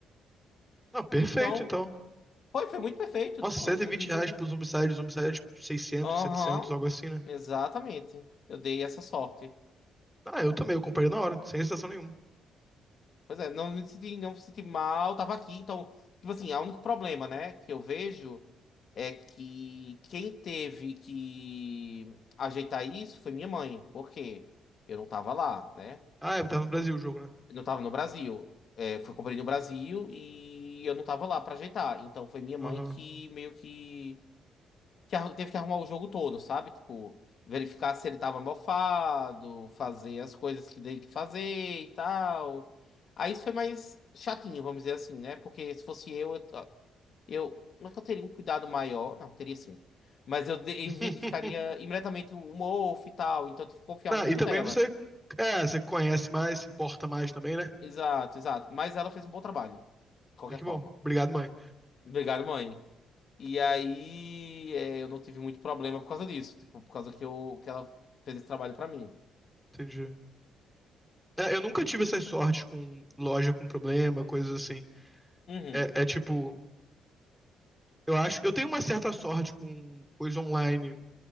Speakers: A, in the centre; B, on the left.
A: Ah, perfeito
B: Então,
A: então.
B: foi, foi muito perfeito.
A: Nossa,
B: Tipo,
A: cento
B: não
A: e vinte
B: tive.
A: reais pro Zombicide, Zombicide é tipo seiscentos,
B: Aham,
A: 700, algo assim, né?
B: exatamente. Eu dei essa sorte.
A: Ah, eu também, eu comprei na hora, sem hesitação nenhuma.
B: Pois é, não me senti, não me senti mal, tava aqui, então, tipo assim, o único problema, né, que eu vejo é que quem teve que ajeitar isso foi minha mãe, porque eu não tava lá, né?
A: Ah, é, tá no Brasil o jogo, né?
B: Eu não tava no Brasil. É, fui comprei no Brasil e eu não tava lá pra ajeitar. Então foi minha mãe
A: Aham.
B: que meio que que arru- teve que arrumar o jogo todo, sabe? Tipo, verificar se ele tava mofado, fazer as coisas que tem que fazer e tal. Aí isso foi mais chatinho, vamos dizer assim, né? Porque se fosse eu, eu, eu não é que eu teria um cuidado maior, não, teria sim. Mas eu de- identificaria
A: <laughs>
B: imediatamente o mofo e tal, então eu tive que confiar
A: Ah,
B: muito
A: e também
B: nela.
A: você. É, você conhece mais, se importa mais também, né?
B: Exato, exato. Mas ela fez um bom trabalho, de qualquer
A: É que
B: forma.
A: bom. Obrigado, mãe.
B: Obrigado, mãe. E aí, é, eu não tive muito problema por causa disso, tipo, por causa que, eu, que ela fez esse trabalho pra mim.
A: Entendi. É, eu nunca tive essas sortes com loja com problema, coisas assim.
B: Uhum,
A: É, é tipo, eu acho. Eu tenho uma certa sorte com coisa online,